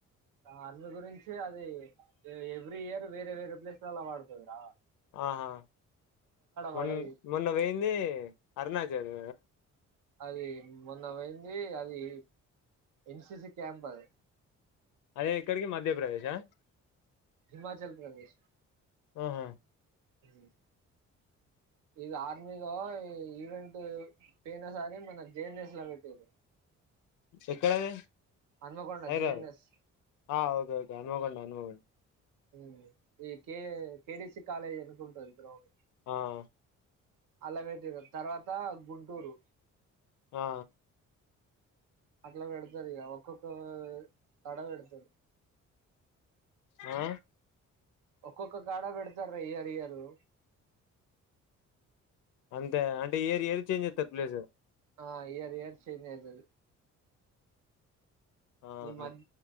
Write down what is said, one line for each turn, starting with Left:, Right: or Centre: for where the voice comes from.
Right: ఆ ఆర్మీలా గురించి అది ఏ ఎవ్రీ ఇయర్ వేరే వేరే ప్లేస్లలా వాడుతదిరా
Left: ఆహా వన్
Right: పడదు
Left: మొన్న వెేయింది అరుణాచల్
Right: అది మొన్న వోయింది అది ఎన్సిసి క్యాంబాద్
Left: అదే ఎక్కడికి మధ్యప్రదేశా
Right: హిమాచల్ ప్రదేశ్
Left: ఆహా
Right: హుహ్ ఇది ఆర్మీదా ఈ ఈవెంట్ పేయినా సారి మన జేఎన్ఎస్ లో పెట్టిరు.
Left: ఎక్కడది
Right: హన్మకొండ
Left: హైడ్రావో
Right: జేఎన్ఎస్
Left: ఆ ఓ తోక్ అనువావండ్ అనువావొన్
Right: ఉ ఇకే కేడిసి కాలేజ్ ఏనుకుంటది గ్రౌండు
Left: ఆహ్
Right: అల్ల వెట్టిరు తర్వాత గుంటూరు
Left: ఆ
Right: ఇలా వేడుతారు ఇగా ఒక్కొక్క ఓ తడా వేడతారు.
Left: ఆ
Right: ఒక్కొక్క కాడ బేడుతార్ రా ఇయర్ ఇయరు.
Left: అంతే ఆ అంటే ఇయర్ ఇయరు చేంజ్ జెతార్ ప్లేసు.
Right: ఆ ఇయర్ ఇయరు చేంజ్ అయితది.
Left: ఆహా
Right: ఈ మధ్